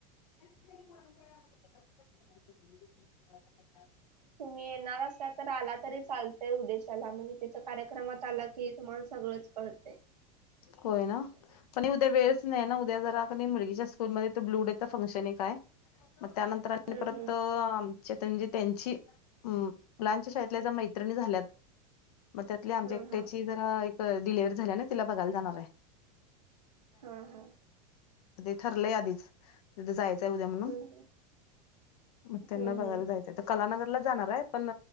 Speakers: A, on the left; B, on the right.
A: <unintelligible>
B: तुम्ही येणार असा तर आला तरी चालतय उदेशाला म्हणजे तिथ कार्यक्रमात आला कि तुम्हाला सगळच कळते.
A: होय ना पण उद्या वेळच नाही ना उद्या जरा मुलगीच्या स्कूलमध्येत ब्लू डे फंक्शने काय? मग त्यानंतर
B: हम्म
A: परत
B: हम्म
A: म्हणजे त्यांची मुलांच्या शाळेतल्या ज्या मैत्रिणी झाल्यात, मग त्यातली आमच्या
B: हा
A: एकट्याची
B: हा
A: जरा एक डिलेवरी झाली ना तिला बघायला जाणारे.
B: हा हा.
A: ते ठरलंय आधीच. तिथ जायचंय उद्या म्हणून
B: हम्म
A: मग त्यांना
B: हम्म
A: बघायला
B: हम्म
A: जायचंय त कालन लच जाणारे पण